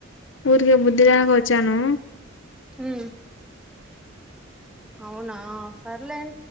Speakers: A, on the left; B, in the centre.
A: ఊరికే బుద్ధిల్యాక వచ్చాను
B: హు అవునా సర్లేం